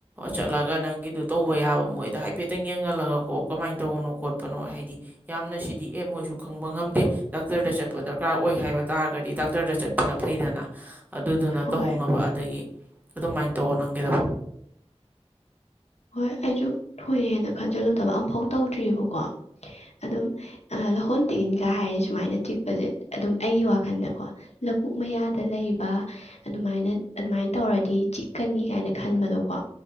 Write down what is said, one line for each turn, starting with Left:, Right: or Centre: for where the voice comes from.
Right: ꯆꯠꯂꯒ ꯅꯪꯒꯤꯗꯣ ꯇꯧꯕ ꯌꯥꯕ ꯃꯣꯏꯗ ꯍꯥꯏꯐꯦꯠꯇꯪ ꯌꯦꯡ ꯈꯪꯍꯜꯂꯒ ꯀꯣ ꯀꯃꯥꯏꯅ ꯇꯧꯕꯅꯣ ꯈꯣꯠꯄꯅꯣ ꯍꯥꯏꯗꯤ ꯌꯥꯝꯅ ꯁꯤꯗꯤ ꯑꯦ ꯃꯣꯏꯁꯨ ꯈꯪꯕ ꯉꯝꯗꯦ ꯗꯥꯛꯇꯔꯗ ꯆꯠ ꯗꯔꯀꯥꯔ ꯑꯣꯏ ꯍꯥꯏꯕ ꯇꯥꯔꯒꯗꯤ ꯗꯥꯛꯇꯔꯗ ꯆꯠꯄꯅ ꯐꯩꯗꯅ ꯑꯗꯨꯗꯨꯅ
Left: ꯍꯣꯏ
Right: ꯇꯧꯍꯧꯅꯕ ꯑꯗꯒꯤ ꯑꯗꯨꯃꯥꯏꯅ ꯇꯧꯔ ꯅꯪꯒꯗꯕ
Left: ꯍꯣꯏ ꯑꯩꯁꯨ ꯊꯨꯑ ꯍꯥꯏꯅ ꯈꯟꯖꯤꯜꯂꯨꯗꯕ ꯑꯃꯝꯐꯥꯎ ꯇꯧꯗ꯭ꯔꯤꯑꯕꯀꯣ ꯑꯗꯨꯝ ꯂꯍꯣꯟ ꯇꯤꯟꯒ ꯍꯥꯏꯔꯤ ꯁꯨꯃꯥꯏꯅ ꯆꯤꯛꯄꯁꯦ ꯑꯗꯨꯝ ꯑꯩꯒꯤ ꯋꯥꯈꯜꯗꯀꯣ ꯂꯧꯕꯨꯛ ꯃꯌꯥꯗ ꯂꯩꯕ ꯑꯗꯨꯃꯥꯏꯅ ꯑꯗꯨꯃꯥꯏꯅ ꯇꯧꯔꯗꯤ ꯆꯤꯛꯀꯅꯤ ꯀꯥꯏꯅ ꯈꯟꯕꯗꯣꯀꯣ